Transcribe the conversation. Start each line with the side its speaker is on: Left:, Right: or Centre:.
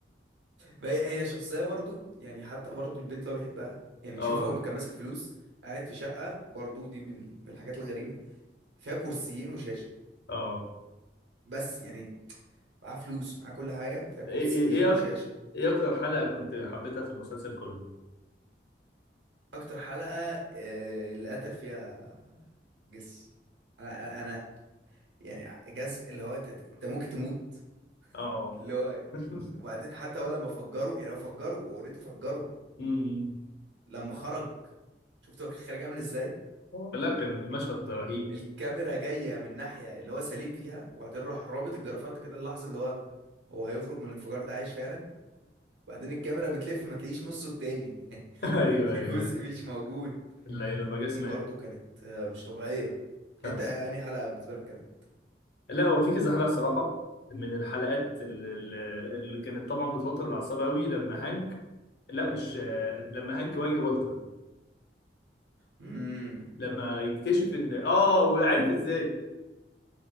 Right: ما هي هي شخصية برضو يعني حتى برضو البنت اللي هو بيحبها يعني
Left: اه
Right: شوف هو كان ماسك فلوس قاعد في شقة برضو دي من من الحاجات الغريبة فيها كرسيين وشاشة
Left: اه
Right: بس يعني معاه فلوس معاه كل حاجة فيها كرسيين
Left: ايه ايه ايه
Right: وشاشة
Left: اكتر ايه اكتر حلقة كنت حبيتها في المسلسل كله
Right: أكتر حلقة آه، اللي قتل فيها جس أنا أنا أنا يعني جز اللي هو أنت أنت ممكن تموت
Left: اه
Right: اللي هو
Left: <laughs>
Right: وبعدين حتى هو لما فجروا يعني هو فجروا أوريدي فجروا
Left: أمم.
Right: لما خرج شفت هو كان خارج عامل إزاي
Left: لا كان المشهد رهيب
Right: الكاميرا جاية من ناحية اللي هو سليم فيها وبعدين راح رابط الجرافات كده اللحظة اللي هو هو هيخرج من الانفجار ده عايش فعلا وبعدين الكاميرا بتلف ما تلاقيش نصه التاني <laughs>
Left: <laughs> ايوه
Right: في
Left: ايوه
Right: جزء مش موجود
Left: لا لما جه
Right: دي
Left: مات
Right: برضو كانت آه، مش طبيعية
Left: فاهم
Right: انت يعني حلقة بالنسبة لك كانت
Left: لا هو في كذا حلقه صراحه من الحلقات اللي, اللي كانت طبعا بتوتر الاعصاب قوي لما هانك لا مش آه، لما هانك واجه والتر
Right: امم
Left: لما يكتشف ان اه وعارف ازاي